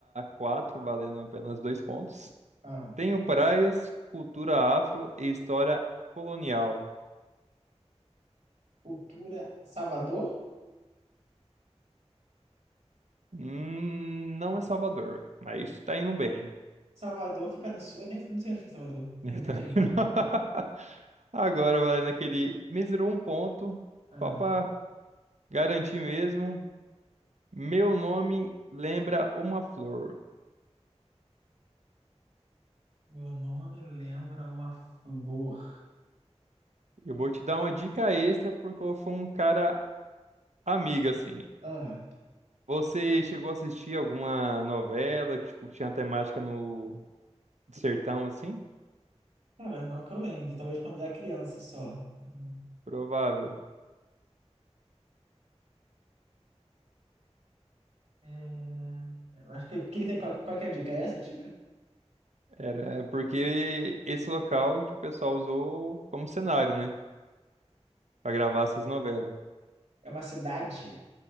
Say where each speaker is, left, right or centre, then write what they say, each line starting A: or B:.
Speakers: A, on the right (about 85°); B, on the right (about 75°).
A: 4, valendo apenas dois pontos.
B: Ah, né?
A: Tenho praias, cultura afro e história colonial.
B: cultura Salvador?
A: Hum, não é Salvador, mas tá indo bem.
B: Salvador fica no sul, eu nem não sei onde fica Salvador,
A: <laughs>
B: mas enfim.
A: Tá indo- <laughs> Agora, valendo aquele mísero um ponto,
B: Ah,
A: só pra garantir mesmo. Meu nome lembra uma flor.
B: meu nome lembra uma flor.
A: Eu vou te dar uma dica extra porque eu fui um cara amigo, assim.
B: Ah,
A: Você chegou a assistir alguma novela que, tipo, que tinha temática no de sertão, assim?
B: cara, não que eu lembre, talvez quando eu era criança só. Hum,
A: Provável.
B: É, eu acho que o que, que tem? Qual, qual que é a dica? É essa a dica?
A: Era é porque esse local, tipo, o pessoal usou como cenário, né? Pra gravar essas novelas.
B: É uma cidade,